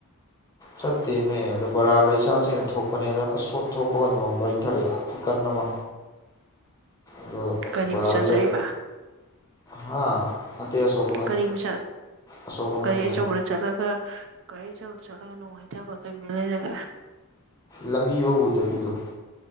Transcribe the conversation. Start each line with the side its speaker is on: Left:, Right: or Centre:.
Left: ꯆꯠꯇꯦꯃꯦ ꯑꯗꯨ ꯕꯣꯔꯥ ꯂꯩꯆꯥꯁꯤꯅ ꯊꯣꯛꯄꯅꯦ ꯑꯗꯣ ꯑꯁꯣꯠ ꯊꯣꯛꯄꯒ ꯅꯣꯡꯗ ꯍꯩꯊꯔꯛꯑꯦ ꯈꯨꯀꯟ ꯑꯃ꯫
Right: <inaudible>
Left: ꯑꯗꯣ
Right: ꯒꯥꯔꯤ
Left: ꯕꯣꯔꯥ
Right: ꯃꯆꯥ ꯆꯠꯏꯕ
Left: ꯂꯩ ꯍꯥ ꯅꯠꯇꯦ ꯑꯁꯣꯛꯄꯒꯅꯤ
Right: ꯀꯔꯤ ꯃꯤꯁꯛ
Left: ꯑꯁꯣꯛꯄꯒꯅꯦ
Right: ꯀꯔꯤ ꯑꯆꯧꯕ ꯆꯠꯂꯒ ꯒꯥꯔꯤ ꯆꯧꯕꯗ ꯆꯠꯂꯒ ꯅꯣꯡ ꯍꯩꯊꯕ ꯀꯩ ꯃꯔꯤ ꯂꯩꯅꯒꯦ꯫
Left: ꯂꯝꯕꯤꯕꯧ ꯎꯗꯕꯤꯗꯣ